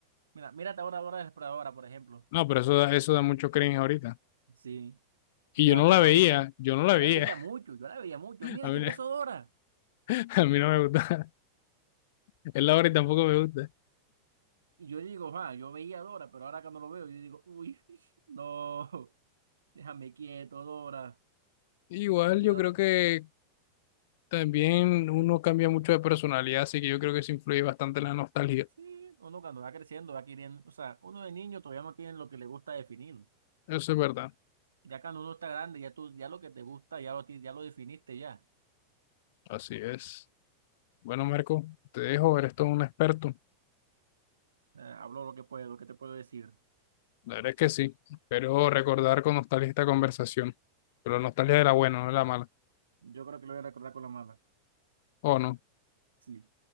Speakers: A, on the right (about 70°); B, on the left (about 50°).
A: mira, mírate ahora Dora de la Exploradora, por ejemplo.
B: No, pero eso da, eso da mucho cringe ahorita.
A: Sí,
B: Y
A: y yo
B: yo
A: antes
B: no la
A: lo
B: veía,
A: veía,
B: yo no
A: yo
B: la veía.
A: la veía mucho, yo la veía mucho.
B: <laughs>
A: Mira, ya empezó Dora.
B: A mí, a
A: Y,
B: mí no me gusta. <laughs> Es la hora y tampoco me gusta.
A: y yo digo, ah, yo veía a Dora, pero ahora cuando lo veo, yo digo, uy, <laughs> no, déjame quieto, Dora,
B: Igual
A: no quiero.
B: yo creo que también uno cambia mucho de personalidad, así que yo creo que eso influye bastante en la nostalgia.
A: Sí, uno cuando va creciendo va queriendo, o sea, uno de niño todavía no tiene lo que le gusta definir.
B: Eso es verdad.
A: Ya cuando uno está grande, ya tú, ya lo que te gusta, ya lo, ti- ya lo definiste ya.
B: Así es. Bueno, Marco, te dejo, eres todo un experto.
A: Eh, hablo lo que puedo, lo que te puedo decir.
B: La verdad es que sí. Espero recordar con nostalgia esta conversación. Pero nostalgia
A: La- ver-
B: de la buena, no de la mala.
A: Yo creo que lo voy a recordar con la mala.
B: ¿O no?
A: Sí.